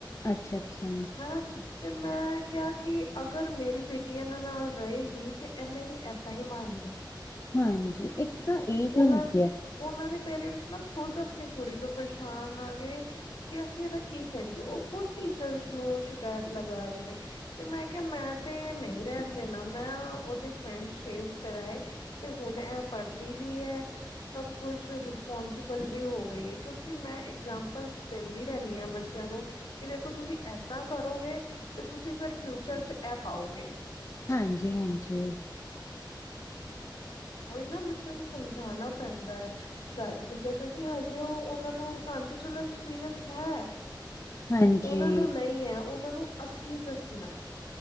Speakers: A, on the left (about 35°); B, on the left (about 80°).
A: ਅੱਛਾ ਅੱਛਾ
B: ਹਨਾ ਤੇ ਮੈਂ ਕਿਹਾ ਕਿ ਅਗਰ ਮੇਰੀ ਬੇਟੀ ਇਹਨਾਂ ਨਾਲ ਰਹੇਗੀ ਤੇ ਐ ਹਨੇ ਵੀ ਏਦਾਂ ਹੀ ਬਣ ਜ
A: ਹਾਂਜੀ, ਇੱਕ ਤਾਂ ਏਜ
B: ਉਹਨਾਂ
A: ਹੁੰਦੀ ਹੈ।
B: ਉਹਨਾਂ ਦੇ ਪੇਰੈਂਟਸ ਨਾ, ਖੁਦ ਆਪਣੀ ਕੁੜੀ ਤੋਂ ਪਰੇਸ਼ਾਨ ਆ ਗਏ। ਕਿ ਅਸੀਂ ਇਹਦਾ ਕੀ ਕਰੀਏ? ਉਹ ਖੁਦ ਟੀਚਰਸ ਨੂੰ ਸ਼ਿਕਾਇਤ ਲਗਾ ਰਹੇ ਨੇ। ਤੇ ਮੈਂ ਕਿਹਾ, ਮੈਂ ਤੇ ਨਹੀਂ ਰਹਿਣ ਦੇਣਾ। ਮੈਂ ਉਹਦੇ ਫਰੈਂਡ ਚੇਂਜ ਕਰਾਏ। ਤੇ ਹੁਣ ਇਹ ਪੜ੍ਹਦੀ ਵੀ ਹੈ, ਸਭ ਕੁਛ ਰਿਸਪੋਂਸ ਵੀ ਹੋ ਗਈ ਹੈ, ਕਿਉਂਕਿ ਮੈਂ ਇਗਜਾਮਪਲਸ ਦਿੰਦੀ ਰਹਿੰਦੀ ਹਾਂ ਬੱਚਿਆਂ ਨੂੰ। ਕਿ ਦੇਖੋ, ਤੁਸੀਂ ਏਦਾਂ ਕਰੋਗੇ ਤੇ ਤੁਸੀਂ ਫਿਰ ਫਿਊਚਰ 'ਚ ਇਹ ਪਾਓਗੇ।
A: ਹਾਂਜੀ, ਹਾਂਜੀ।
B: ਉਹੀ ਨਾ, ਬੱਚਿਆਂ ਨੂੰ ਸਮਝਾਉਣਾ ਪੈਂਦਾ ਹੈ। ਸਾਰੀ ਚੀਜ਼ਾਂ ਕਿਉਂਕਿ ਹਜੇ ਉਹ ਉਹਨਾਂ ਨੂੰ, ਸਾਨਤ ਚਲੋ ਐਕਸਪੀਰੀਅੰਸ ਹੈ।
A: ਹਾਂਜੀ।
B: ਉਹਨਾਂ ਨੂੰ ਨਹੀਂ ਹੈ, ਉਹਨਾਂ ਨੂੰ ਅਸੀਂ ਦੱਸਣਾ।